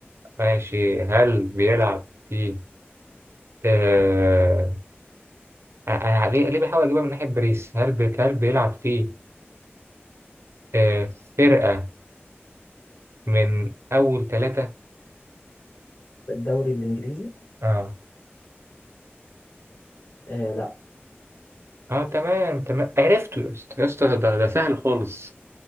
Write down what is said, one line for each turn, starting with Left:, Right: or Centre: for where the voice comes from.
Right: ماشي هل بيلعب في آه انا ليه ليه بحاول اجيبها من ناحية باريس هل بي... هل بيلعب في آه فرقة من اول ثلاثة
Left: في الدوري الإنجليزي
Right: اه
Left: آه لا
Right: اه تمام تمام عرفته يا اسطى يا اسطى ده ده سهل خالص